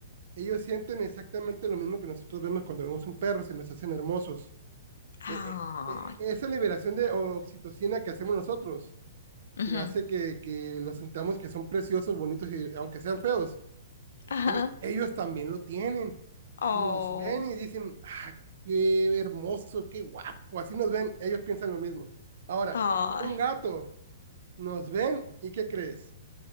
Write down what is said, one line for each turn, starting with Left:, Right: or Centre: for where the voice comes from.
Right: ellos sienten exactamente lo mismo que nosotros vemos cuando vemos un perro, se nos hacen hermosos.
Left: Ay.
Right: eh, eh, esa liberación de oxitocina que hacemos nosotros,
Left: ujú,
Right: que hace que, que los sentamos que son preciosos, bonitos, y aunque sean feos,
Left: Ajá.
Right: e- ellos también lo tienen.
Left: Oh.
Right: Nos ven y dicen, ah, qué hermoso, qué guapo, así nos ven, ellos piensan lo mismo. Ahora,
Left: Ay.
Right: un gato, nos ven y ¿qué crees?